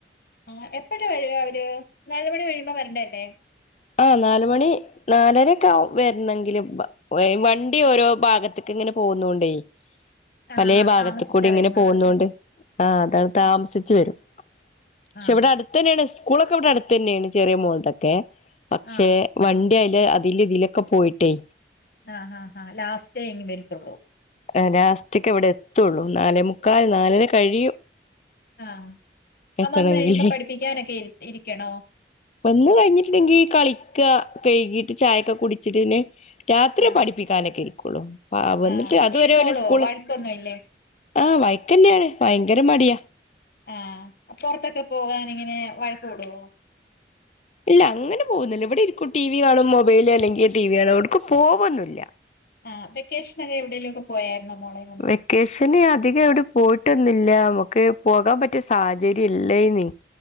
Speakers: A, on the left; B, on the left.
A: ആ എപ്പഴാ വര അവര് നാല് മണി കഴിയുമ്പോ വരണ്ട അല്ലേ
B: ആ നാല് മണി നാലരക്ക ആവും വര്ണെങ്കിലും വണ്ടി ഓരോ ഭാഗത്ത്ക്ക് ഇങ്ങനെ പോവുന്നോണ്ടേ
A: ആഹ്
B: പലേ ഭാഗത്ത്
A: താമസിച്ചാ
B: കൂടി ഇങ്ങനെ
A: വരുന്നത്
B: പോവുന്നോണ്ട് ആ അതാണ് താമസിച്
A: ആഹ്
B: വരും ക്ഷെ
A: ആഹ്
B: ഇവിടെ അടുത്തെന്നെയാണ് സ്കൂളൊക്കെ ഇവിടെ അടുത്തെന്നെയാണ് ചെറിയ മോള്തൊക്കെ പക്ഷെ
A: ആഹ്
B: വണ്ടി അയ്ല് അതില് ഇതിലൊക്കെ പോയിട്ടേ
A: ആ ഹാ ഹാ ഹാ ലാസ്റ്റ് ഇങ് വരുത്തുള്ളൂ
B: ആഹ് ലാസ്റ്റക്ക് ഇവിടെ എത്തുള്ളൂ നാലേ മുക്കാൽ നാലര കഴിയും
A: ആഹ് ആ
B: എത്തണെങ്കില്
A: വന്ന് കഴിയുമ്പോ പഠിപ്പിക്കാനൊക്കെ ഇരിക്കണോ
B: വന്ന് കഴിഞ്ഞിട്ട്ണ്ടെങ്കിൽ കളിക്ക കഴുകിട്ട് ചായൊക്കെ കുടിച്ചിട്ട് പിന്നെ രാത്രിയേ
A: ആഹ്
B: പഠിപ്പിക്കാനൊക്കെ ഇരിക്കുള്ളൂ പ വന്നിട്ട്
A: ആഹ്
B: അത്
A: ഇരുന്നോളോ
B: വരെ ഓല് സ്കൂള്
A: വഴക്കൊന്നുംല്ലേ
B: ആഹ് വൈക്കന്നെയാണ് ഭയങ്കര മടിയാ
A: ആഹ് പൊറത്തൊക്കെ പോകാനെങ്ങനെ വഴക്ക് കൂടുവോ
B: ഇല്ല അങ്ങനെ പോകുന്നില്ല ഇവിടെ ഇരിക്കും ടി വി കാണും മൊബൈല് അല്ലെങ്കിൽ ടി വി ആണോ എവിടുക്കും പോകൊന്നില്ല
A: ആഹ് വെക്കേശ്നൊക്കെ എവിയേലൊക്കെ പോയായിരുന്നോ മോളെ
B: വെക്കേഷ് ശന് അധികം എവിടെ പോയിട്ടൊന്നില്ല നമുക്ക് പോകാൻ പറ്റിയ സാഹചര്യം ഇല്ലേന്നി